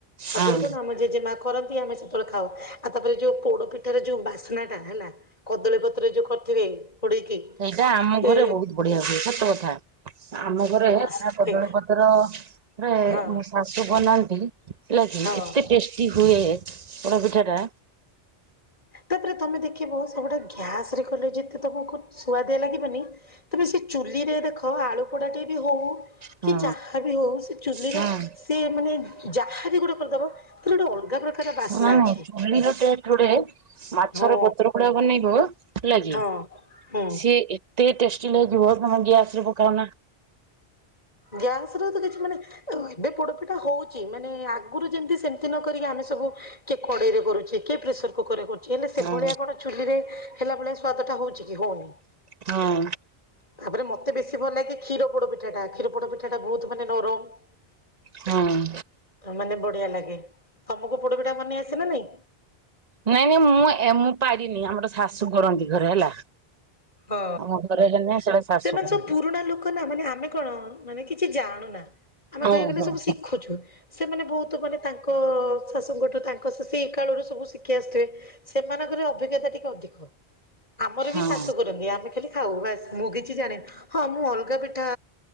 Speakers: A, on the left; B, on the right.
A: ଆଗରୁ
B: ହଁ
A: କଣ ଆମର ଜେଜେମା କରନ୍ତି ଆମେ ସେତେବେଳେ ଖାଉ ଆଉ ତାପରେ ଯୋଉ ପୋଡ ପିଠାର ଯୋଉ ବାସ୍ନା ଟା ହେଲା କଦଳୀ ପତ୍ରରେ ଯୋଉ କରିଥିବେ ଘୋଡେଇକି
B: ସେଇଟା ଆମ
A: ସେ
B: ଘରେ ବହୁତ ବଢିଆ ହୁଏ ସତକଥା ଆଛା ଆମ ଘରେ
A: ସେ
B: ପ୍ରାୟ କଦଳୀପତ୍ରରେ
A: ହଁ
B: ମୋ ଶାଶୂ ବନାନ୍ତି ହେଲା କିି
A: ହଁ।
B: ଏତେ ଟେଷ୍ଟି ହୁଏ ପୋଡ଼ପିଠାଟା
A: ତାପରେ ତମେ ଦେଖିବ ସବୁଠାରୁ ଗ୍ୟାସ ରେ କଲେ ଯେତେ ତମକୁ ସୁଆଦିଆ ଲାଗିବନି ତମେ ସେ ଚୁଲି ରେ ଦେଖ ଆଳୁ ପୋଡାଟେ ବି ହଉ
B: ହଁ
A: କି ଯାହା ବି ହଉ ସେ ଚୁଲିର
B: ହଁ।
A: ସେ ମାନେ ଯାହା ବି ଗୋଟେ କରିଦବ ତାର ଗୋଟେ ଅଲଗା ପ୍ରକାର ବାସ୍ନା
B: ନା ନାଇଁ
A: ଅଛି।
B: ଚୁଲିର ଟେଷ୍ଟ ଗୋଟେ ମାଛର
A: ହଁ।
B: ପତ୍ର ପୋଡ଼ା ବନେଇବ ହେଲା କି
A: ହଁ ହୁଁ।
B: ସିଏ ଏତେ ଟେଷ୍ଟି ଲାଗିବ ତମେ ଗ୍ୟାସରେ ପକାଉନା
A: ଗ୍ୟାସ ର ତ କିଛି ମାନେ ଏବେ ପୋଡପିଠା ହଉଛି ମାନେ ଆଗରୁ ଯେମିତି ସେମିତି ନ କରିକି ଆମେ ସବୁ କିଏ କଡେଇରେ କରୁଛେ କିଏ ପ୍ରେସର କୁକର ରେ କରୁଛେ ହେଲେ ସେଭଳିଆ
B: ହଁ
A: କଣ ଚୁଲିରେ ହେଲା ଭଳିଆ ସ୍ଵାଦ ଟା ହଉଛି କି ହଉନି।
B: ହଁ।
A: ତାପରେ ମତେ ବେଶୀ ଭଲ ଲାଗେ କ୍ଷୀର ପୋଡପିଠାଟା। କ୍ଷୀର ପୋଡପିଠାଟା ବହୁତ ମାନେ ନରମ
B: ହଁ।
A: ମାନେ ବଢିଆ ଲାଗେ ତମକୁ ପୋଡ ପିଠା ବନେଇ ଆସେ ନା ନାଇଁ?
B: ନାଇଁ ନାଇଁ ମୁଁ ମୁଁ ପାରିନି ଆମର ଶାଶୂ କରନ୍ତି ଘରେ ହେଲା।
A: ହଁ
B: ଆମ ଘରେ ହେନେ ସେଟା ଶାଶୁ
A: ସେମାନେ
B: କରନ୍ତି।
A: ସବୁ ପୁରୁଣା ଲୋକ ନା ମାନେ ଆମେ କଣ ମାନେ କିଛି ଜାଣୁନା । ଆମେ
B: ହୁଁ
A: କହିବାକୁ ଗଲେ
B: ହଁ
A: ସବୁ ଶିଖୁଛୁ ସେମାନେ ବହୁତ ମାନେ ତାଙ୍କ ତାଙ୍କ ଶାଶୂଙ୍କଠୁ ତାଙ୍କ ସେତିକି କାଳରୁ ସବୁ ଶିଖି ଆସୁଥିବେ ସେମାନଙ୍କର ଅଭିଜ୍ଞତା ଟିକେ ଅଧିକ। ଆମର ବି
B: ହଁ
A: ଶାଶୂ ଶାଶୂ କରନ୍ତି ଆମେ ଖଲି ଖାଉ ବାସ୍ ମୁଁ କିଛି ଜାଣିନି। ହଁ ମୁଁ ଅଲଗା ପିଠା